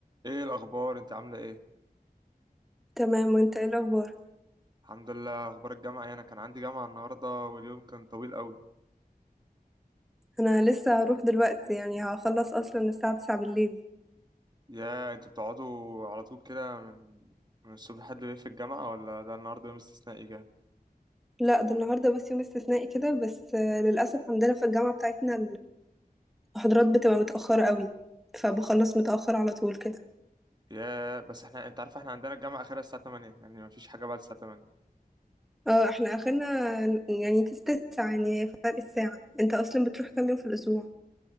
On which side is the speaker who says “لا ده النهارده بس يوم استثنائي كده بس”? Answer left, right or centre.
Centre